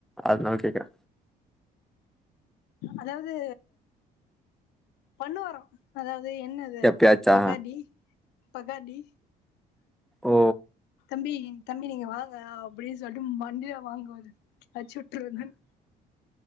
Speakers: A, in the centre; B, on the left.
A: அதுனால கேக்றே
B: அதாவது பண்ணுவாரா அதா து என்னது
A: எப்பயாச்சா
B: பகடி பக்கடி
A: ஓ
B: தம்பி தம்பி நீங்க வாங்கணா அப்டின் சொல்ட்டு மண்டையில வாங்குவாரு அட்சுட்ருவனன்